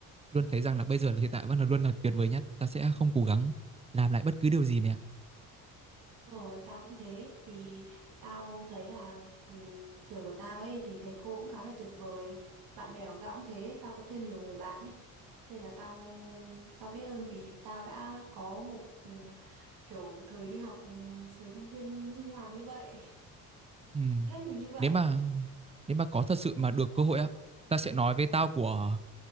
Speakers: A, on the right (about 15°); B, on the right (about 65°).
A: luôn thấy rằng là bây giờ là hiện tại vẫn là luôn là tuyệt vời nhất tao sẽ không cố gắng làm lại bất cứ điều gì mẹ ạ.
B: Đúng Rồi, tao cũng thế. Vì tao thấy là ừ, trường của tao ấy thì thầy cô cũng khá là tuyệt vời. Bạn bè của tao cũng thế. Tao có thêm nhiều người bạn ấy. Nên là tao tao biết ơn vì tao đã có một ừ, kiểu thời đi học, ừ, thời sinh viên huy hoàng như vậy.
A: ừ.
B: Hết mình như vậy.
A: nếu mà nếu mà có thật sự mà được cơ hội á tao sẽ nói với tao của